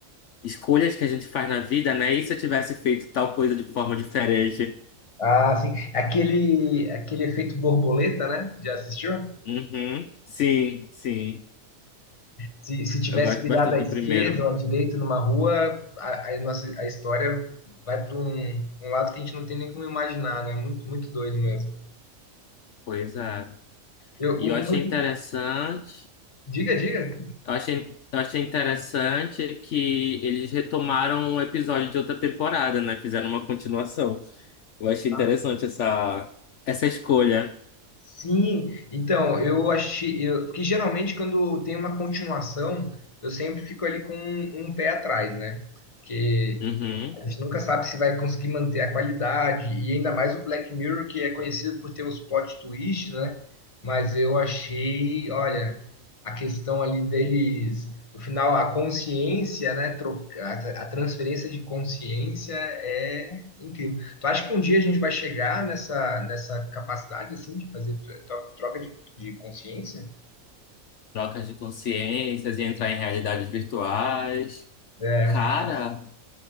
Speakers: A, on the left; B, on the left.
A: escolhas que a gente faz na vida, né? E se eu tivesse feito tal coisa de forma diferente?
B: Ah, sim. Aquele, aquele efeito borboleta, né? Já assistiu?
A: Uhum. Sim, sim.
B: Se, se tivesse
A: Eu gosto
B: virado
A: bastante
B: à
A: do
B: esquerda
A: primeiro.
B: ou à direita numa rua, a, a nossa, a história vai para um, um lado que a gente não tem nem como imaginar, né? Muito, muito doido mesmo.
A: Pois é.
B: Eu,
A: E
B: um-
A: eu achei
B: muito-
A: interessante
B: Diga, diga.
A: Eu achei, eu achei interessante que eles retomaram um episódio de outra temporada, né? Fizeram uma continuação. Eu achei
B: Ah,
A: interessante essa, essa escolha.
B: sim, então, eu achei. eu- Porque geralmente quando tem uma continuação, eu sempre fico ali com um, um pé atrás, né? Porque
A: Uhum.
B: A gente nunca sabe se vai conseguir manter a qualidade, e ainda mais o Black Mirror, que é conhecido por ter uns plot twist né? Mas eu achei, olha, a questão ali deles, no final, a consciência, né? troca- A a transferência de consciência é incrível. Tu acha que um dia a gente vai chegar nessa, nessa capacidade, assim, de fazer tro- troca de, de consciência?
A: Trocas de consciências e entrar em realidades virtuais.
B: É,
A: Cara,